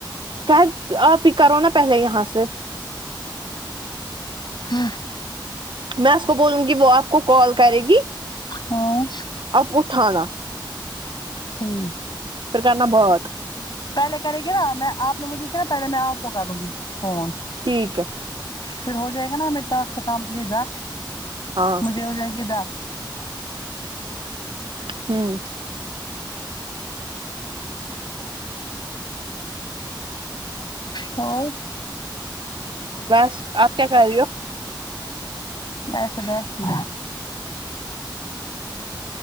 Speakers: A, on the right; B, on the left.
A: کہید آپ ہی کرو نا پہلے یہاں سے
B: ہاں
A: میں اس کو بولوں گی وہ آپ کو کال کرے گ
B: ہوں
A: آب اٹھآ نا
B: ہوں
A: پھر کرنا بہت
B: پہلے کرے گی نا میں آپ نے مجھے کی نا پہلے میں آپ کو کروں گی فون
A: ٹھیک ہے
B: پھر ہو جائے گا نا ہمے ٹاسک سے کامپلی دس
A: ہاں
B: مجھے ہو جائے گی دس
A: ہوں
B: اور
A: بس آپ کیا کر رہی ہو
B: بیٹھے بیٹھے